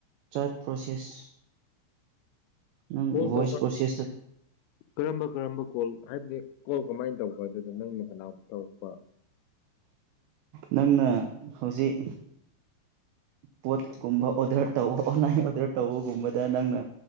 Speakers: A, on the right; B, on the left.
A: ꯆꯥꯠ ꯄ꯭ꯔꯣꯁꯦꯁ <unintelligible> ꯅꯪ
B: ꯀꯣꯜ
A: ꯚꯣꯏꯁ
B: <inaudible>
A: ꯄ꯭ꯔꯣꯁꯦꯁꯇ
B: ꯀꯔꯝꯕ ꯀꯔꯝꯕ ꯀꯣꯜ ꯍꯥꯏꯕꯗꯤ ꯀꯣꯜ ꯀꯃꯥꯏꯅ ꯇꯧꯕ ꯑꯗꯨꯗ ꯅꯪꯅ ꯀꯅꯥꯕꯨ ꯇꯧꯔꯛꯄ
A: ꯅꯪꯅ ꯍꯧꯖꯤꯛ ꯄꯣꯠꯀꯨꯝꯕ ꯑꯣꯗꯔ ꯇꯧꯕ ꯑꯣꯟꯂꯥꯏꯟ ꯑꯣꯔꯗꯔ ꯇꯧꯕꯒꯨꯝꯕꯗ ꯅꯪꯅ